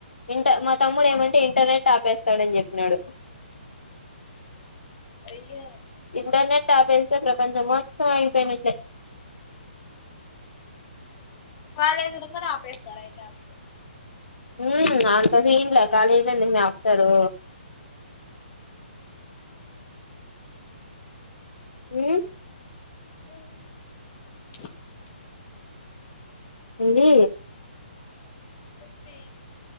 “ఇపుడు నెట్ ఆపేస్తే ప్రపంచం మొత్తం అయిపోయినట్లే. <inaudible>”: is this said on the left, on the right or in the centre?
Left